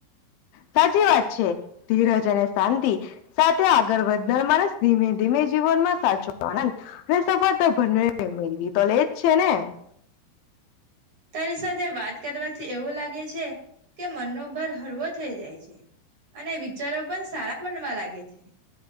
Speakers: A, on the left; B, on the right.
A: સાચી વાત છે ધીરજ અને શાંતિ સાથે આગળ વધનાર માણસ ધીમે ધીમે જીવનમાં સાચો હન હ સફર તો <inaudible> મેરી તો લેજ છે ને <inaudible>
B: તારી સાથે વાત કરવાથી એવું લાગે છે કે મનનો ભાર હળવો થઈ જાય છે અને વિચારો પણ સારા બનવા લાગે છે.